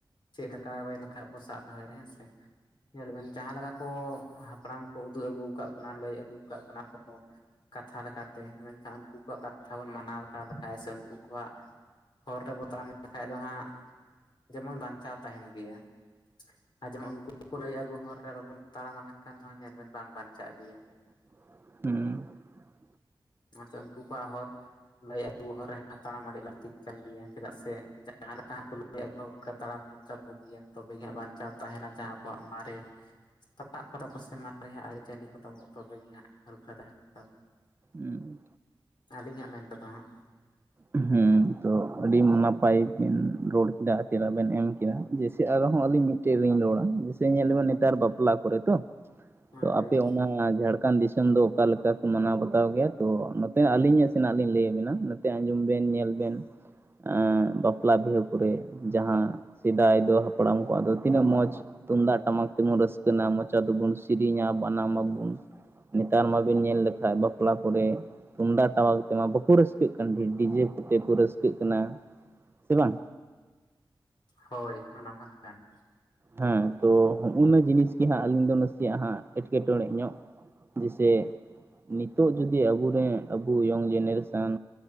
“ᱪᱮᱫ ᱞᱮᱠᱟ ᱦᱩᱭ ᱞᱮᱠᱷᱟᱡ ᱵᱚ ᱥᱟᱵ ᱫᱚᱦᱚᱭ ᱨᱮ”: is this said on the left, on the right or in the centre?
Left